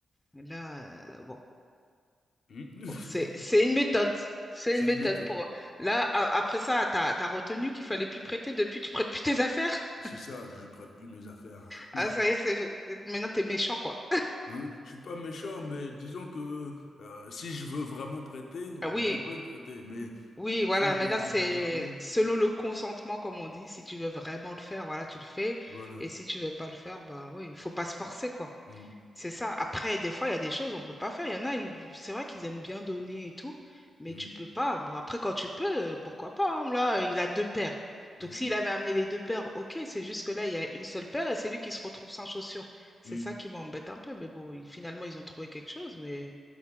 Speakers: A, on the left (about 20°); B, on the left (about 70°).
A: là, euh, bon.
B: hmm. <laughs>
A: C'est, c'est une méthode. C'est
B: C'est
A: une méthode
B: une méthode.
A: pour. Là, a- après ça, t'as, t'as retenu qu'il fallait plus prêter. Depuis, tu prêtes plus tes affaires.
B: C'est
A: <laughs>
B: ça, je prête plus mes affaires.
A: Ah,
B: Hein
A: ça y est, c'est... maintenant, t'es méchant, quoi.
B: Hein? Je suis pas méchant, mais disons que euh, si je veux vraiment prêter,
A: Ah oui,
B: je peux le prêter. Mais
A: oui, voilà.
B: si j'ai
A: Maintenant,
B: envie
A: c'est
B: de le garder,
A: selon le consentement, comme on dit. Si tu veux vraiment le faire, voilà, tu le fais.
B: Voilà.
A: Et si tu veux pas le faire, bah oui, il faut pas se forcer, quoi.
B: Hmm,
A: C'est ça. Après, des fois, il y a des choses on peut pas faire. Il y en a, ils- c'est vrai qu'ils aiment bien donner et tout, mais
B: hmm,
A: tu peux pas. Bon, après, quand tu peux, euh, pourquoi pas, hein. Là, euh, il a deux paires.
B: hmm,
A: Donc, s'il avait amené les deux paires, ok, c'est juste que là, il y a une seule paire et c'est lui qui se retrouve sans chaussures. C'est
B: hmm,
A: ça qui m'embête un peu. Mais bon, il- finalement, ils ont trouvé quelque chose. Mais